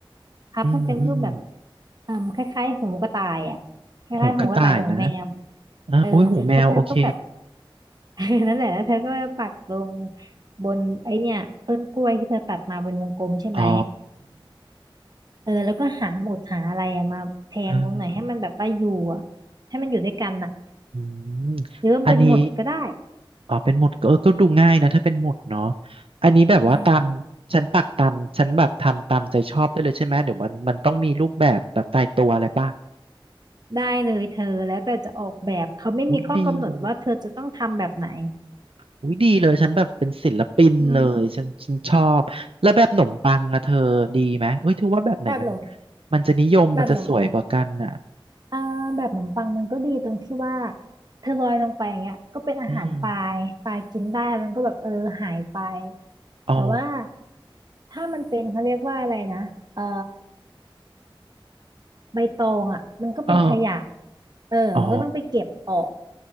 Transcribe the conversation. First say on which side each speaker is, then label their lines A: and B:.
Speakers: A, on the right; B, on the right.
A: พับให้เป็นรูปแบบ
B: อืมอืม
A: เอ่อคล้ายๆหูกระต่ายอ่ะคล้ายๆหูกระต่ายหูแมว
B: หูกระต่ายนะอ่ะอุ้ยหูแมวโอเค
A: เออแล้วเธอก็แบบ <laughs> นั่นแหละแล้วเธอก็ปักลงบนไอเนี่ยต้นกล้วยที่เธอตัดมาเป็นวงกลมใช่ไหม
B: อ๋อ
A: เออแล้วก็หาหมุดหาอะไรอะมาแทงลงหน่อยให้มันแบบว่าอยู่อะ
B: เออ
A: ให้มันอยู่ด้วยกันน่ะ
B: อืม
A: หรือว่าเป็นหมุดก็ได้
B: อันนี้ อ๋อเป็นหมุดก็เออก็ดูง่ายนะถ้าเป็นหมุดเนาะอันนี้แบบว่าตาม
A: อืม
B: ฉันปักตามฉันแบบทำตามใจชอบได้เลยใช่ไหมเดี๋ยวมันมันต้องมีรูปแบบแบบตายตัวอะไรป่ะ
A: ได้เลยเธอแล้วแต่จะออกแบบเขาไม่มีข้อกำหนดว่าเธอจะต้องทำแบบไหน
B: อุ้ยดีเลยอุ้ยดีเลยฉันแบบเป็นศิลปินเลยฉันฉันชอบแล้วแบบขนมปังอะเธอดีไหมเอ้ยเธอว่าแบบไหนมัน
A: อืมแบบหนม
B: มันจะนิยมมันจะสวยกว่ากันอ่ะ
A: แบบหนมอ่าแบบหนมปังมันก็ดีตรงที่ว่าเธอลอยลงไปอย่างเงี้ยก็เป็นอาหารปลาไงปลากินได้มันก็แบบเออหายไป
B: อืมอ๋อ
A: แต่ว่าถ้ามันเป็นเขาเรียกว่าอะไรนะเอ่อใบตองอ่ะมันก็เป็นขยะ
B: อ๋อ
A: เออมันก็ต้องไปเก็บออก
B: อ๋อ